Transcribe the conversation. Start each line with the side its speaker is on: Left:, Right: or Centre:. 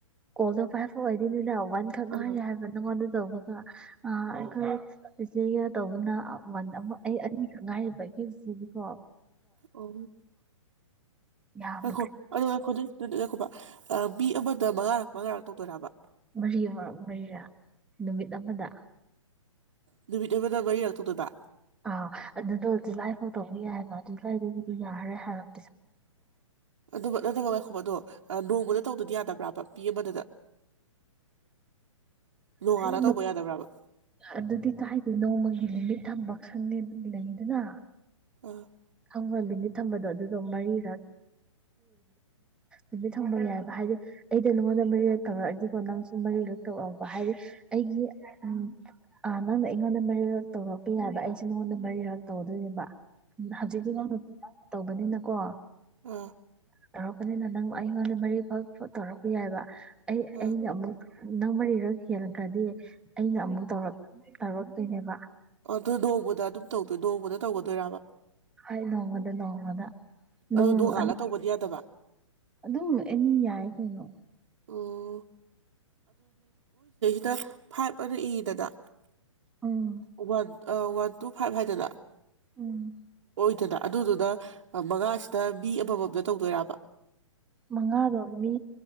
Centre: ꯀꯣꯗꯣ ꯐꯥꯏ ꯐꯋꯥ ꯑꯗꯨꯅꯦ ꯋꯥꯟ ꯈꯪꯉꯦ
Right: ꯑꯥ
Centre: ꯍꯥꯏꯒ ꯅꯪꯉꯣꯟ ꯑꯗꯨ ꯇꯧꯕꯒ ꯑꯩꯈꯣꯏ ꯏꯆꯦꯒ ꯇꯧꯕꯅ ꯑꯩ ꯉꯥꯏ ꯁꯤꯗꯤꯀꯣ
Right: ꯑꯣ
Centre: ꯌꯥꯝ
Right: ꯑꯩꯈꯣ ꯑꯗꯨ ꯑꯩꯈꯣꯅꯦ ꯑꯗꯨꯗꯤꯈꯣꯕ ꯃꯤ ꯑꯃꯗ ꯃꯉꯥꯔꯛ ꯃꯉꯥꯔꯛ ꯇꯧꯗꯣꯏꯕ
Centre: ꯃꯔꯤ ꯑꯃ ꯃꯔꯤꯔ ꯅꯨꯃꯤꯠ ꯑꯃꯗ
Right: ꯅꯨꯃꯤ ꯇꯕꯗꯕꯏ ꯌꯥꯥꯛꯛꯇꯣ ꯇꯕ
Centre: ꯑꯥ ꯑꯗꯨꯗ ꯍꯧꯖꯤ ꯂꯥꯏꯐꯥꯎ ꯇꯧꯕ ꯌꯥꯏ ꯃꯥꯅꯤ ꯑꯗꯨꯋꯥꯏꯗꯒꯤꯗꯤ ꯌꯥꯔꯦ ꯍꯥꯏꯔꯦ
Right: ꯑꯗꯨ ꯅꯠꯇ ꯀꯥꯏ ꯈꯣꯕꯗꯣ ꯅꯣꯡꯃꯗ ꯇꯧꯗꯗꯤ ꯌꯥꯗꯕ꯭ꯔꯕ ꯃꯤ ꯑꯃꯗꯨꯗ ꯅꯣꯡꯉꯥꯟꯅ
Centre: ꯍꯥꯏꯗꯤ
Right: ꯇꯧꯕ ꯌꯥꯗꯕ꯭ꯔꯥꯕ
Centre: ꯑꯗꯨꯗꯤ ꯀꯥꯏꯗꯦ ꯅꯣꯡꯃꯒꯤ ꯂꯤꯃꯤꯠ ꯊꯝꯕ ꯈꯪꯗꯦ ꯂꯩꯗꯅ
Right: ꯑ
Centre: ꯈꯪꯕꯣ ꯂꯤꯃꯤꯠ ꯊꯝꯕꯗꯣ ꯑꯗꯨꯗꯣ ꯃꯔꯤꯔꯛ ꯂꯤꯃꯤꯠ ꯊꯝꯕ ꯌꯥꯏꯕ ꯍꯥꯏꯗꯤ ꯑꯩꯗꯤ ꯅꯉꯣꯟꯗ ꯃꯔꯤꯔꯛ ꯇꯧꯔꯛꯑꯗꯤꯀꯣ ꯅꯪꯁꯨ ꯃꯔꯤꯔꯛ ꯇꯧꯔꯛ ꯑꯣꯕ ꯍꯥꯏꯗꯤ ꯑꯩꯒꯤ ꯎꯝ ꯅꯪꯅ ꯑꯩꯉꯣꯟꯗ ꯃꯔꯤꯔꯛ ꯇꯧꯔꯛꯄ ꯌꯥꯏꯕ ꯑꯩꯁꯨꯦ ꯅꯉꯣꯟꯗ ꯃꯔꯤꯔꯛ ꯇꯧꯗꯣꯏꯅꯦꯕ ꯍꯧꯖꯤꯛꯗꯤ ꯅꯪ ꯅꯥ ꯇꯧꯕꯅꯤꯅꯀꯣ
Right: ꯑꯝ
Centre: ꯇꯧꯔꯛꯄꯅꯤꯅ ꯅꯪ ꯑꯩꯉꯣꯟꯗ ꯃꯔꯤ ꯐꯥꯎ ꯇꯧꯔꯛꯄ ꯌꯥꯏꯕ ꯑꯩ
Right: ꯑꯥ
Centre: ꯑꯩꯅ ꯑꯃꯨꯛ ꯅꯪ ꯃꯔꯤꯔꯛ ꯍꯦꯜꯈ꯭ꯔꯗꯤ ꯑꯩꯅ ꯑꯃꯨꯛ ꯇꯧꯔꯛ ꯇꯧꯔꯛꯇꯨꯏꯅꯦꯕ
Right: ꯑꯣ ꯑꯗꯨ ꯅꯣꯡꯃꯗ ꯑꯗꯨꯝ ꯇꯧꯗꯣꯏ ꯅꯣꯡꯃꯗ ꯇꯧꯒꯗꯣꯏꯔꯕ
Centre: ꯍꯣꯏ ꯅꯣꯡꯃꯗ ꯅꯣꯡꯃꯗ ꯅꯪ
Right: ꯑꯗꯨ ꯅꯣꯡ ꯉꯥꯜꯂꯥ
Centre: ꯑꯅꯤ-
Right: ꯇꯧꯕꯗꯤ ꯌꯥꯗꯕ
Centre: ꯑꯗꯨꯝ ꯑꯦꯅꯤ ꯌꯥꯏ ꯀꯩꯅꯣ
Right: ꯑꯣ ꯑ ꯗ ꯐꯥꯏꯚ ꯑꯅ ꯏꯗꯅ
Centre: ꯎꯝ
Right: ꯋꯥꯟ ꯑ ꯋꯥꯟ ꯇꯨ ꯐꯥꯏꯚ ꯍꯥꯏꯗꯅ
Centre: ꯎꯝ
Right: ꯑꯣꯏꯗꯅ ꯑꯗꯨꯗꯨꯅ ꯑ ꯃꯉꯥꯁꯤꯗ ꯃꯤ ꯑꯃꯝ ꯃꯝꯗ ꯇꯧꯗꯣꯏꯔꯕ
Centre: ꯃꯉꯥꯗꯣ ꯃꯤ